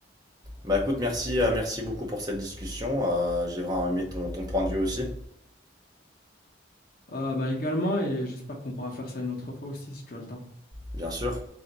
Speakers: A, on the right; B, on the left.
A: Bah écoute, merci, euh, merci beaucoup pour cette discussion. Euh, j'ai vraiment aimé ton, ton point de vue aussi,
B: Euh, ben, également, et j'espère qu'on pourra faire ça une autre fois aussi, si tu as le temps.
A: bien sûr.